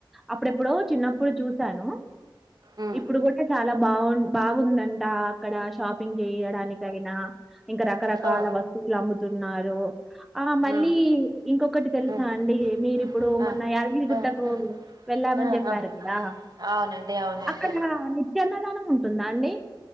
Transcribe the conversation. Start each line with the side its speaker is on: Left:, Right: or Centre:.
Centre: అప్పుడెప్పుడు చిన్నప్పుడు చూసాను
Right: ఉమ్.
Centre: ఇప్పుడు కూడా చాలా బాగు బాగుందండి అ అక్కడ షాపింగ్ చేయడానికైనా ఇంకాకరకాల కాల
Right: ఆ,
Centre: వస్తువులు అమ్ముతు ఉన్నారు ఆ మళ్ళీ
Right: ఉమ్,
Centre: ఇంకొకటి తెలుసా
Right: ఉమ్,
Centre: అండి మీరిప్పుడు
Right: ఉమ్, ఆ,
Centre: మొన్న యాదగిరిగుట్టకు
Right: ఆ, ఆ,
Centre: వెళ్ళామని
Right: ఆ,
Centre: చెప్పారు
Right: ఆ.
Centre: కదా
Right: అవునండి అవునండి
Centre: అక్కడ చిన్నదనం ఉంటుందా అండి